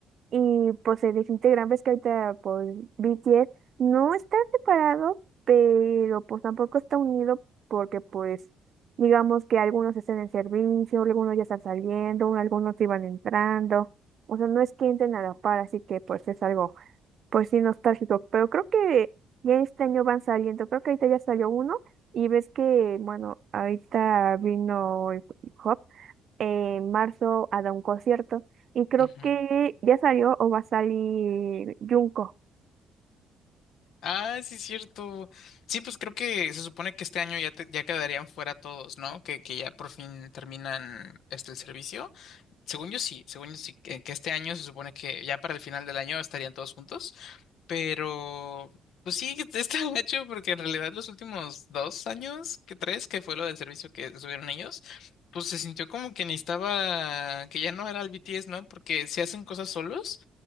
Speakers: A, on the right; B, on the left.
A: y pues se desintegran. Ves que ahorita pues BTS no está separado, pero pues tampoco está unido porque pues digamos que algunos están en servicio, algunos ya están saliendo, algunos iban entrando, o sea, no es que entren a la par, así que pues es algo. Pues sí, nostálgico, pero creo que ya este año van saliendo, creo que ahorita ya salió uno y ves que, bueno, ahorita vino el hip hop en marzo a dar un concierto y creo
B: Ujú.
A: que ya salió o va a salir Junko.
B: Ah, sí, es cierto. Sí, pues creo que se supone que este año ya, te- ya quedarían fuera todos, ¿no? Que, que ya por fin terminan este el servicio. Según yo sí, según yo sí, que, que este año se supone que ya para el final del año estarían todos juntos, pero pues sí, <laughs> está hecho porque en realidad los últimos dos años, que tres, que fue lo del servicio que subieron ellos, pues se sintió como que necesitaba, que ya no era el BTS, ¿no? Porque se hacen cosas solos,